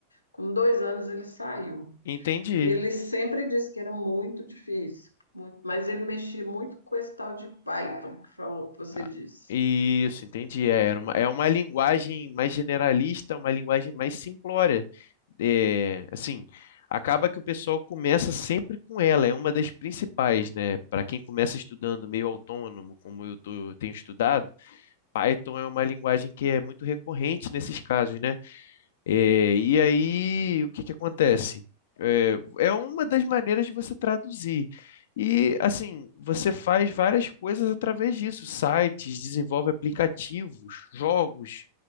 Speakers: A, on the left (about 80°); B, on the left (about 55°).
A: com dois anos ele saiu.
B: Entendi.
A: E ele sempre disse que era muito difícil, muito, mas ele mexia muito com esse tal de Python que falou, que você
B: Ah,
A: disse.
B: Isso, entendi. É era uma, é uma linguagem mais generalista, uma linguagem mais simplória. É, assim, acaba que o pessoal começa sempre com ela, é uma das principais, né? Para quem começa estudando meio autônomo, como eu tô- tenho estudado, Python é uma linguagem que é muito recorrente nesses casos, né? É, e aí, o que que acontece? É, é uma das maneiras de você traduzir. E, assim, você faz várias coisas através disso, sites, desenvolve aplicativos, jogos,